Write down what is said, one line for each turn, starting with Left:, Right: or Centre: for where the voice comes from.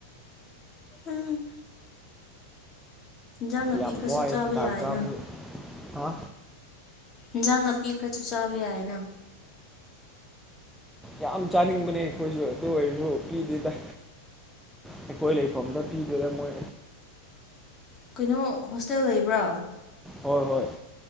Left: ꯑꯥ ꯏꯟꯖꯥꯡ ꯅꯥꯄꯤ
Centre: ꯌꯥꯝ
Left: ꯈ꯭ꯔꯁꯨ
Centre: ꯋꯥꯏ
Left: ꯆꯥꯕ
Centre: ꯗꯥꯜ
Left: ꯌꯥꯏꯅ
Centre: ꯆꯥꯕꯁꯨ ꯍꯥ
Left: ꯏꯟꯖꯥꯡ ꯅꯥꯄꯤꯈ꯭ꯔꯁꯨ ꯆꯥꯕ ꯌꯥꯏꯅ
Centre: ꯌꯥꯝ ꯆꯥꯅꯤꯡꯕꯅꯦ ꯑꯩꯈꯣꯏꯁꯨ ꯑꯗꯨ ꯑꯣꯏꯔꯁꯨ ꯄꯤꯗꯦꯗꯥ ꯑꯩꯈꯣꯏ ꯂꯩꯐꯝꯗ ꯄꯤꯗꯣꯏꯔ ꯃꯣꯏ
Left: ꯀꯩꯅꯣ ꯍꯣꯁꯇꯦꯜ ꯂꯩꯕ꯭ꯔꯥ
Centre: ꯍꯣꯏ ꯍꯣꯏ